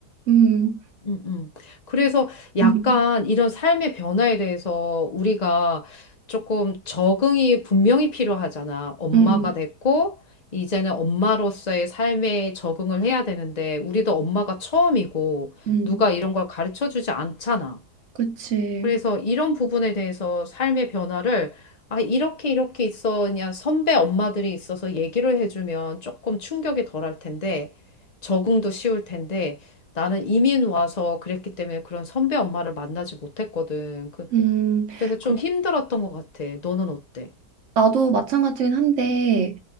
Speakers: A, on the right (about 50°); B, on the left (about 60°).
A: 음,
B: 음, 음. 그래서
A: 이-
B: 약간
A: 음,
B: 이런 삶의 변화에 대해서 우리가 조금 적응이 분명히 필요하잖아. 엄마가
A: 음,
B: 됐고, 이제는 엄마로서의 삶에 적응을 해야 되는데, 우리도 엄마가 처음이고,
A: 음,
B: 누가 이런 걸 가르쳐 주지 않잖아.
A: 그치.
B: 그래서 이런 부분에 대해서 삶의 변화를 아, 이렇게 이렇게 있어. 그냥 선배 엄마들이 있어서 얘기를 해주면 조금 충격이 덜할 텐데 적응도 쉬울 텐데 나는 이민 와서 그랬기 때문에 그런 선배 엄마를 만나지 못했거든. 그,
A: 음,
B: 그래서 좀
A: 그럼
B: 힘들었던 것 같아. 너는 어때?
A: 나도 마찬가지긴 한데,